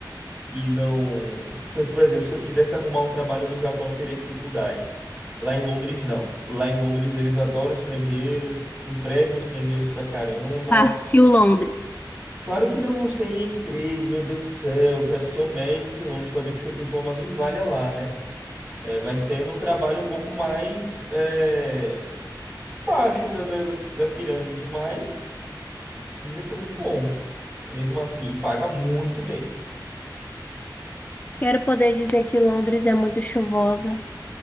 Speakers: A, on the right; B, on the left.
A: que não. Se, eu- por exemplo, se eu quisesse arrumar um trabalho no Japão, eu teria dificuldade. Lá em Londres, não. Lá em Londres, eles adoram estrangeiros, empregam estrangeiros pra caramba.
B: Partiu Londres.
A: Claro que não vão ser em emprego, meu Deus do céu, quero ser um médico em Londres, talvez seu diploma nem valha lá, né? É, vai sendo um trabalho um pouco mais é, baixo da, da, da da pirâmide, mas dizem que é muito bom. Mesmo assim, paga muito bem.
B: Quero poder dizer que Londres é muito chuvosa.